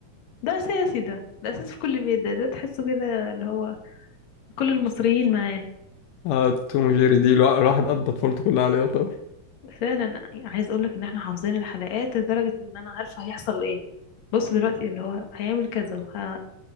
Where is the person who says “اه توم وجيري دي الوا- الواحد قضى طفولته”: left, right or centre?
Left